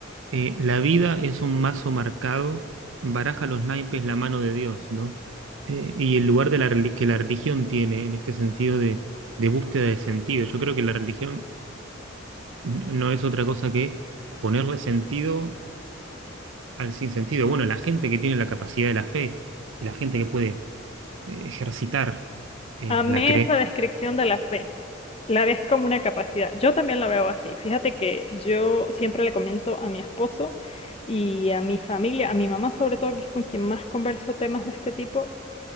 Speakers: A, on the right (about 80°); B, on the left (about 30°).
A: eh, la vida es un mazo marcado, baraja los naipes la mano de Dios, ¿no? Eh, y el lugar de la, reli- que la religión tiene en este sentido de, de búsqueda de sentido. Yo creo que la religión n- no es otra cosa que ponerle sentido al sinsentido. Bueno, la gente que tiene la capacidad de la fe y la gente que puede eh, ejercitar eh,
B: Amé
A: la creencia,
B: esa descripción de la fe. La ves como una capacidad. Yo también la veo así. Fíjate que yo siempre le comento a mi esposo y a mi familia, a mi mamá sobre todo, que es con quien más converso temas de este tipo,